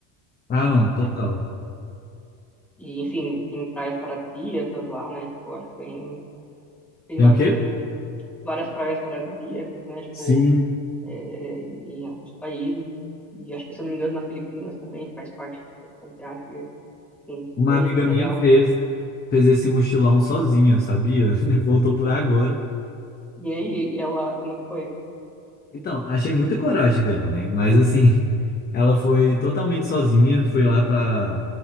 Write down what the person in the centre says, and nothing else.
E, enfim, tem praias paradisíacas lá, né? Tipo, eu acho bem, bem
bacana.
Várias praias paradisíacas, né? Tipo,
é, em alguns países. E acho que, se eu não me engano, na Filipinas também faz parte do asiático. E, é, assim, super
legal.
E aí, ela, como que foi?